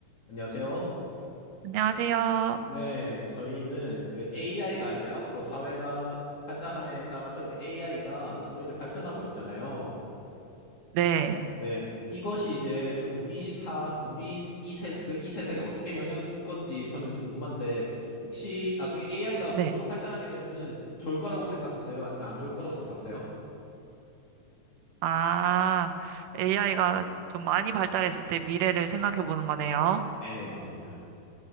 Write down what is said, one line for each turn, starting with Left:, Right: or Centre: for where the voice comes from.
Left: 안녕하세요.
Right: 안녕하세요.
Left: 네, 저희는 그 AI가 이제 앞으로 사회가 발달함에 따라서 이제 AI가 점점 이제 발전하고 있잖아요.
Right: 네,
Left: 네, 이것이 이제 우리 사, 우리 이 세, 그 이 세상에 어떻게 영향을 줄 건지 저는 궁금한데 혹시 나중에 AI가
Right: 네.
Left: 고도로 발달하게 되면은 좋을 거라고 생각하세요? 아니면 안 좋을 거라고 생각하세요?
Right: 아, AI가 좀 많이 발달했을 때 미래를 생각해 보는 거네요.
Left: 네네, 맞습니다.